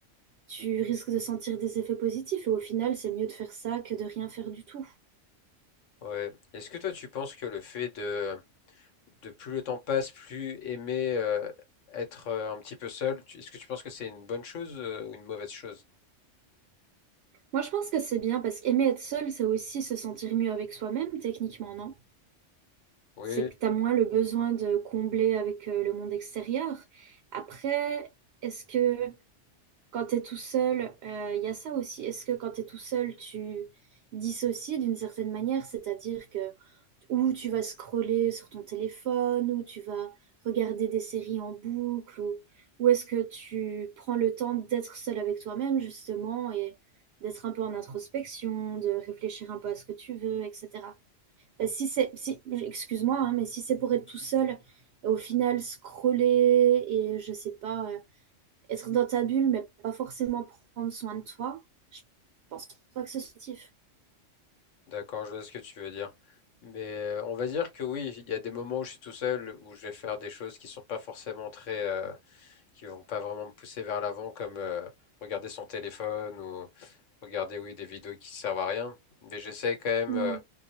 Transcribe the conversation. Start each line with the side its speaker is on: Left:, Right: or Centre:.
Right: tu risques de sentir des effets positifs et au final, c'est mieux de faire ça que de rien faire du tout.
Left: Ouais. Ouais. Est-ce que toi, tu penses que le fait de de plus le temps passe, plus aimer euh, être euh, un petit peu seul. Tu- Est-ce que tu penses que c'est une bonne chose euh, ou une mauvaise chose?
Right: Moi, je pense que c'est bien parce qu'aimer être seul, c'est aussi se sentir mieux avec soi-même, techniquement, non?
Left: Oui,
Right: C'est que t'as moins le besoin de combler avec euh, le monde extérieur. Après, est-ce que Quand t'es tout seul, euh, il y a ça aussi. Est-ce que quand t'es tout seul, tu dissocies d'une certaine manière, c'est-à-dire que ou tu vas scroller sur ton téléphone, ou tu vas regarder des séries en boucle, ou, ou est-ce que tu prends le temps d'être seul avec toi-même, justement, et d'être un peu en introspection, de réfléchir un peu à ce que tu veux, etc. Bah, si c'est, si, excuse-moi, hein, mais si c'est pour être tout seul, et au final scroller et je sais pas euh, être dans ta bulle, mais pas forcément prendre soin de toi, je pense pas que c'est positif.
Left: d'accord, je vois ce que tu veux dire. Mais euh, on va dire que oui, il y a des moments où je suis tout seul, où je vais faire des choses qui sont pas forcément très, euh, qui vont pas vraiment me pousser vers l'avant, comme euh, regarder son téléphone ou regarder oui des vidéos qui servent à rien. Mais j'essaie quand même.
Right: Ouais.
Left: euh,